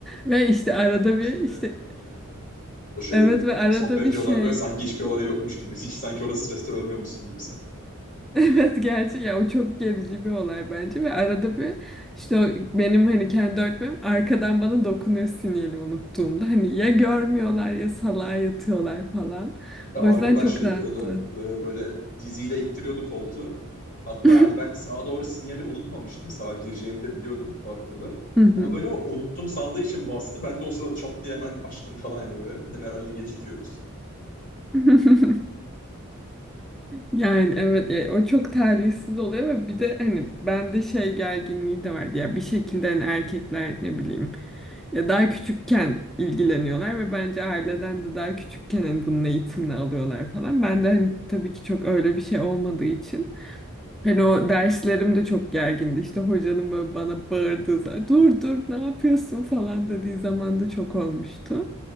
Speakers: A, in the centre; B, on the left (about 40°).
A: Ve işte
B: Evet
A: arada
B: ya hepsi
A: bir
B: öyle
A: işte
B: yapıyorlar genelde. o şeyi.
A: evet ve arada
B: Sohbet
A: bir
B: ediyorlar
A: şey
B: böyle sanki hiçbir olay yokmuş gibi. Hiç sanki orada streste ölmüyormuşsun gibi sen.
A: <laughs> evet gerçi ya o çok gerici bir olay bence ve arada bir işte o benim hani kendi öğretmenim arkadan bana dokunuyor sinyali unuttuğumda hani ya görmüyorlar ya salağa yatıyorlar falan.
B: Benim de
A: O
B: arkadan
A: yüzden çok
B: şey yapıyordu.
A: rahattı.
B: e, Böyle diziyle ittiriyordu koltuğu. Hatta
A: <laughs>
B: hani ben sağa doğru sinyali unutmamıştım. Sağa gireceğimi de biliyordum parkurda.
A: Hı hı.
B: Ama böyle o unuttum sandığı için bastı. Ben de o sırada çat diye hemen açtım falan hani böyle. Dedim herhalde gecikiyoruz.
A: <laughs> Yani evet ya o çok talihsiz oluyor ve bir de hani bende şey gerginliği de vardı ya bir şekilde hani erkekler ne bileyim ya daha küçükken ilgileniyorlar ve bence aileden de daha küçükken hani bunun eğitimini alıyorlar falan. Ben de hani tabii ki çok öyle bir şey olmadığı için Hani o derslerim de çok gergindi. İşte hocanın böyle bana bağırdığı zaman dur dur ne yapıyorsun falan dediği zaman da çok olmuştu.